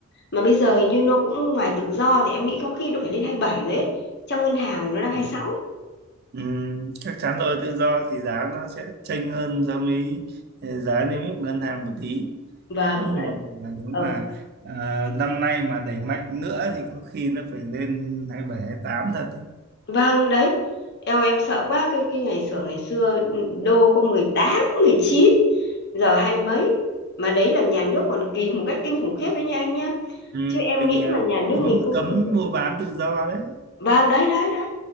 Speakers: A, on the left; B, on the right.
A: mà bây giờ hình như nó cũng ngoài tự do thì em nghĩ có khi nó phải lên 27 rồi ấy trong ngân hàng thì nó đang hai
B: Ừ.
A: mươi sáu.
B: Ừ. Chắc chắn rồi tự do thì giá nó sẽ chênh hơn so với ờ, giá niêm yết của ngân hàng một tí.
A: vâng
B: nhưng
A: đấy
B: mà nếu
A: ờ,
B: mà à, năm nay mà đẩy mạnh nữa thì có khi nó phải lên hai bảy hai tám thật ấy.
A: vâng đấy eo em sợ quá cái cái ngày xưa ngày xưa ừ, đô có mười tám, mười chín giờ hai mấy mà đấy là nhà nước còn kìm một cách kinh khủng khiếp đấy nha anh nhá
B: Ừ,
A: chứ em
B: mình
A: nghĩ
B: à,
A: mà nhà nước
B: cấm
A: mình không
B: cấm
A: không
B: mua bán tự do đấy
A: vâng đấy đấy đấy